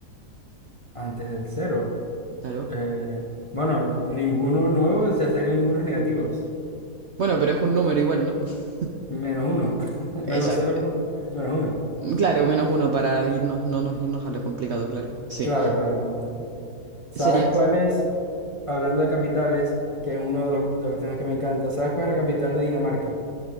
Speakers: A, on the left; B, on the right.
A: Antes del cero.
B: Claro.
A: Eh, bueno, ninguno nuevo ya serían números negativos.
B: Bueno, pero es un número igual, ¿no? <laughs>
A: Menos uno. <laughs>
B: Exacto.
A: Menos cero punto- Menos uno.
B: Claro, menos uno para irnos, no nos irnos a lo complicado, claro. Sí.
A: Claro, claro. bueno. ¿Sabes
B: Sería
A: cuál
B: así.
A: es? hablando de capitales, que es uno de los, de los temas que me encanta, ¿sabes cuál es la capital de Dinamarca?